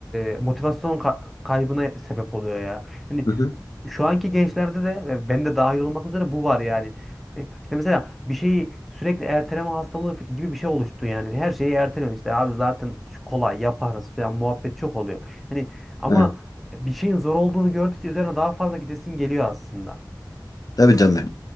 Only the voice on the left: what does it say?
Hı hı.
Evet.
Tabii tabii.